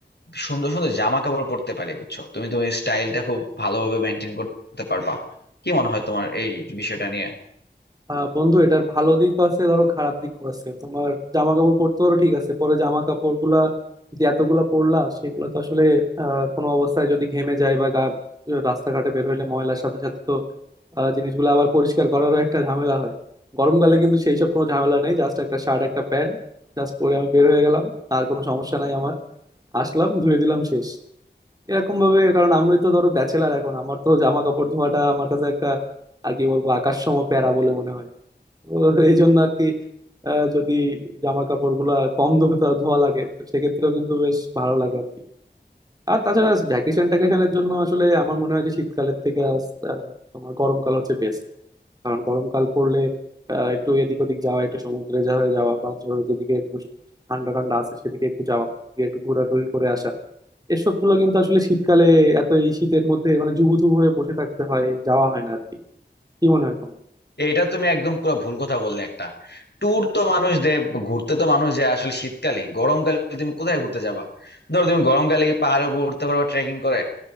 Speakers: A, on the left (about 70°); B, on the right (about 20°).
A: সুন্দর সুন্দর জামা কাপড় পরতে পারি বুঝছো তুমি তোমার স্টাইলটা খুব ভালোভাবে মেনটেন করতে পারবা কি মনে হয় তোমার এই বিষয়টা নিয়ে
B: আহ বন্ধু এটার ভালো দিকও আছে ধরো খারাপ দিকও আছে তোমার জামা কাপড় পরতে পারো ঠিক আছে পরে জামা কাপড় গুলা যে এতগুলা পরলা সেগুলো তো আসলে আহ কোনো অবস্থায় যদি ঘেমে যায় বা গা রাস্তাঘাটে বের হইলে ময়লার সাথে সাথে তো আহ, জিনিসগুলো আবার পরিষ্কার করারও একটা ঝামেলা হয় গরমকালে কিন্তু সেই সব কোনো ঝামেলা নেই জাস্ট একটা শার্ট একটা প্যান্ট জাস্ট পরে আমি বের হয়ে গেলাম আর কোনো সমস্যা নাই আমার আসলাম ধুয়ে দিলাম শেষ এরকম ভাবে কারণ আমি তো ধরো ব্যাচেলার এখন আমার তো জামা কাপড় ধোয়াটা আমার কাছে একটা আর কি বলবো আকাশসম প্যারা বলে মনে হয় তো এই জন্য আর কি আহ, যদি জামা কাপড় গুলা কম ধোতা ধোয়া লাগে তো সেক্ষেত্রেও কিন্তু বেশ ভালো লাগে আর কি আর তাছাড়া ভ্যাকেশন ট্যাকেশনের জন্য আসলে আমার মনে হয় যে শীতকালের থেকে আস- আহ, তোমার গরমকাল হচ্ছে বেস্ট কারণ গরমকাল পড়লে আহ, একটু এদিক ওদিক যাওয়া একটু সমুদ্রে যাওয়া যাওয়া বা ধরো যেদিকে একটু ঠান্ডা ঠান্ডা আছে সেদিকে একটু যাওয়া গিয়ে একটু ঘোরাঘুরি করে আসা এসব গুলো কিন্তু আসলে শীতকালে এত এই শীতের মধ্যে মানে জুবুথুবু হয়ে বসে থাকতে হয় যাওয়া হয় না আর কি কি মনে হয় তোমার
A: এটা তুমি একদম পুরো ভুল কথা বললে একটা ট্যুর তো মানুষ দেয় ঘুরতে তো মানুষ যায় আসলে শীতকালে গরমকালে তুমি কোথায় ঘুরতে যাবা ধরো তুমি গরমকালে কি পাহাড়ে উপর উঠতে পারবা ট্রেকিং করে